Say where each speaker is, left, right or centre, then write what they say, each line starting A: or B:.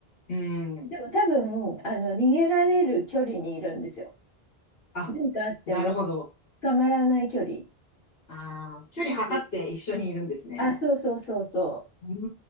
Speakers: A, on the left (about 70°); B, on the left (about 55°).
A: うん、
B: でも多分、あの、逃げられる距離にいるんですよ。
A: あ、
B: 何かあっても
A: なるほど。
B: 捕まらない距離。
A: ああ、距離測って一緒にいるんですね。
B: うんあ、そうそうそうそ
A: う